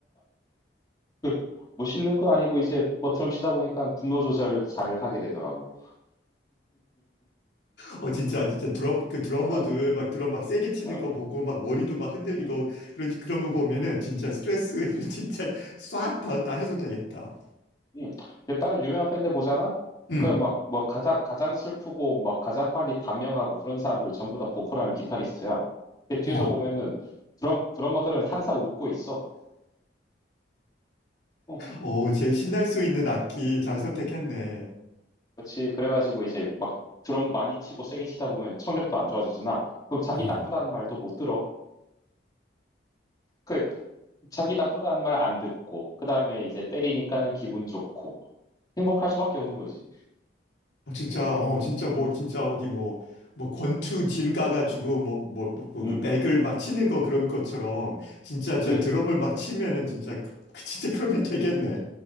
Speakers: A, on the left; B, on the left.
A: 그 멋있는 건 아니고 이제 뭐 드럼 치다 보니까 분노 조절 잘 하게 되더라고.
B: 어, 진짜, 진짜 드럼, 그 드러머들
A: 어,
B: 막 드럼 막 세게 치는
A: 어,
B: 거 보고 막 머리도 막 흔들리고
A: 음,
B: 그런, 그런 거 보면은 진짜 스트레스
A: 음,
B: <laughs> 진짜 싹
A: 음,
B: 다, 다 해소되겠다.
A: 음. 이제 다른 유명한 밴드 보잖아?
B: 음.
A: 그럼 막, 뭐, 가장, 가장 슬프고, 막, 가장 빨리 단명하고 그런 사람들 전부 다 보컬하면 기타리스트야. 근데 뒤에서
B: 어,
A: 보면은 드럼, 드러머들은 항상 웃고 있어. 어,
B: 어, 제일 신날 수 있는 악기 잘 선택했네.
A: 그렇지. 그래가지고 이제 막 드럼 많이 치고 세게 치다 보면 청력도 안 좋아지잖아. 그럼 자기
B: 어,
A: 나쁘다는 말도 못 들어. 그 자기 나쁘다는 말 안 듣고 그 다음에 이제 때리니까는 기분 좋고 행복할 수밖에 없는 거지.
B: 어, 진짜, 어, 진짜 뭐, 진짜 어디 뭐, 뭐 권투 짐 가가지고 뭐, 뭐, 뭐, 뭐
A: 음,
B: 그 백을 막 치는 거 그런 것처럼 진짜 저
A: 음,
B: 드럼을 막 치면은 진짜, 그- 그 진짜 <laughs> 그러면
A: 음.
B: 되겠네.